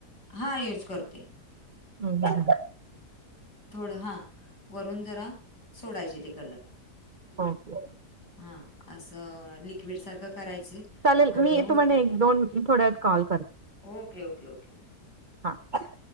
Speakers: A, on the left; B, on the right.
A: हा यूज करतोय
B: बरं बर
A: थोड हा वरून जरा सोडायचे ते कलर
B: ओके,
A: हा असं नी एक सारख करायच
B: चालेल
A: आणि
B: मी
A: मग होत
B: तुम्हाला एक दोन थोड्या वेळात कॉल
A: ओके, ओके, ओकेओक
B: हा